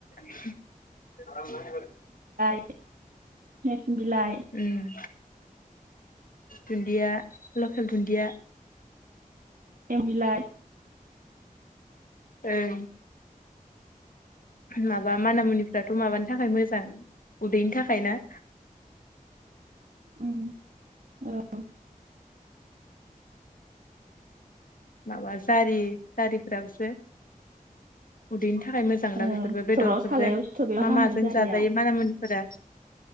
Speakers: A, on the left; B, on the right.
A: <unintelligible>
B: नेरस बिलाइ
A: उम दुन्दिया लकेल दुन्दिया
B: एम बिलाइ
A: ओं माबा माना मुनिफ्राथ' माबानि थाखाय मोजां उदैनि थाखाय ना
B: उम औ
A: माबा जारि जारिफोराबोसो उदै थाखाय मोजां
B: ओ
A: दा बेफोरबो
B: सिथराव
A: बेदरफोरजों
B: सालायाव सिथर बेबो
A: मा
B: हामो
A: माजों
B: जारिया
A: जाजायो माना मुनिफोरा?